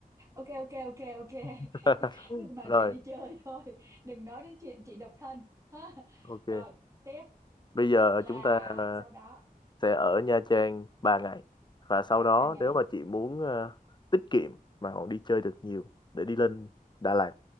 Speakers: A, on the right; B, on the left.
A: ok ok ok ok
B: <laughs>
A: <laughs> bàn
B: rồi
A: chuyện đi chơi thôi đừng nói đến chuyện chị độc thân <laughs> ha
B: ok
A: rồi tiếp
B: bây giờ
A: là
B: chúng ta ờ,
A: sau đó
B: sẽ ở Nha Trang 3 ngày và sau
A: à,
B: đó
A: ba ngày
B: nếu mà chị muốn ờ, tiết kiệm mà còn đi chơi được nhiều để đi lên Đà Lạt